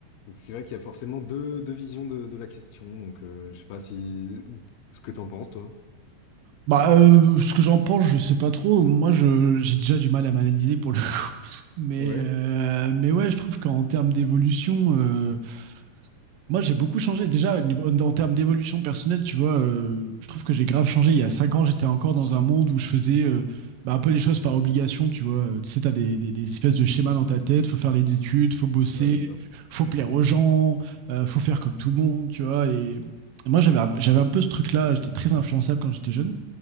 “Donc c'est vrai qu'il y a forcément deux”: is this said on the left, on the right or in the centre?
Left